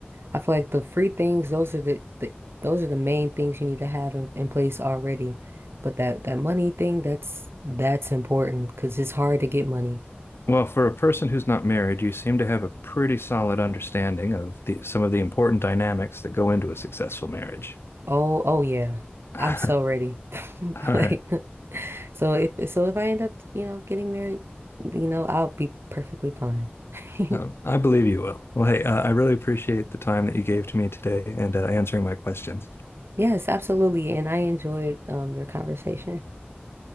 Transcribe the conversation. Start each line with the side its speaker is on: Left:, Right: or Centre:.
Right: I feel like the free things, those are the, the those are the main things you need to have in, in place already. But that that money thing, that's that's important because it's hard to get money.
Left: Well, for a person who's not married, you seem to have a pretty solid understanding of the some of the important dynamics that go into a successful marriage.
Right: Oh, oh yeah.
Left: <laughs> All
Right: I'm so ready. <laughs>
Left: right.
Right: Like so if so if I end up, you know, getting married, you know, I'll be perfectly fine. <laughs>
Left: Um, I believe you will. Well, hey, uh, I really appreciate the time that you gave to me today and uh, answering my questions.
Right: Yes, absolutely. And I enjoyed um your conversation.